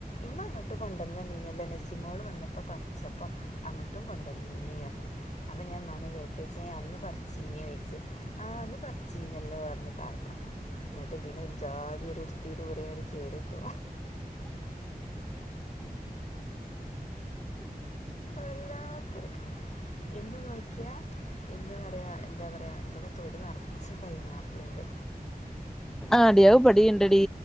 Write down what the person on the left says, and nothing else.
ഇമ്മ ഇങ്ങട്ട് കൊണ്ടുന്ന് നന്നീല്ലോ നെസിമോൾ വന്ന- ഇപ്പ പറിച്ചപ്പം അങ്ങോട്ടും കൊണ്ടുവന്നീ അപ്പം ഞാൻ മനെ കേൾക്കച്ചാൻ അന്ന് പറിച്ചീന- ആ അന്ന് പറിച്ചീന്നല്ലോ പറഞ്ഞു താത്താ എന്നിട്ട് ഇതിന ഒരു ജാതി ഒരുരു ഉടു <unintelligible> ത്തി ദൂരര് ചേരിട്ടോ വല്ലാത്തൊരു കാര് എന്ന് നോക്കിയാ- ഇന്ന് പറയാ എന്താ പറയാ ഇവിടെ തൊടി നറച്ച് പൈനാപ്പിൾയിണ്ട്